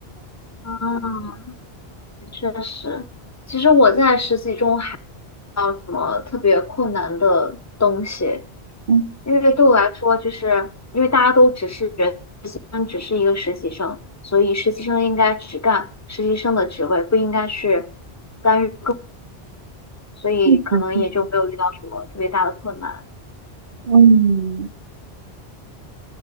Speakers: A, on the left; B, on the right.
A: 啊，确实，其实我在实习中还遇到什么特别困难的东西，
B: <laughs>
A: 因为对我来说，就是因为大家都只是人，只是一个实习生，所以实习生应该只干实习生的职位，不应该去干预。所以可能也就没有遇到什么特别大的困难。
B: 对嗯嗯，确实是嗯